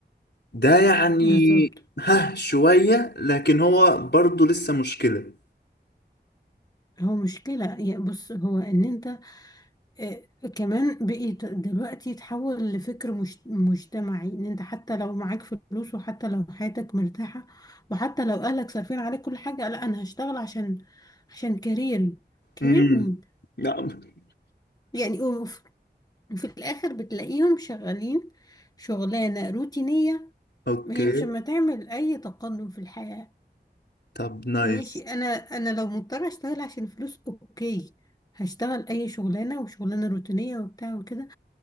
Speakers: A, on the left; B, on the left.
A: ده يعني
B: بالظبط
A: ها شويه لكن هو برضو لسه مشكله
B: هو مشكلة يا بص هو ان انت آه، كمان بقيت دلوقتي تحول لفكر مش مجتمعي ان انت حتى لو معاك فلوس وحتى لو حياتك مرتاحة وحتى لو اهلك صارفين عليك كل حاجة لا انا هشتغل عشان عشان كارير كارير
A: امم
B: مين
A: نعم
B: يعني وف- وفي الاخر بتلاقيهم شغالين شغلانة روتينية
A: اوكي
B: ما هي مش ما تعمل اي تقدم في الحياة
A: طب نايس
B: ماشي انا انا لو مضطرة اشتغل عشان فلوس اوكي هشتغل اي شغلانة وشغلانة روتينية وبتاع وكده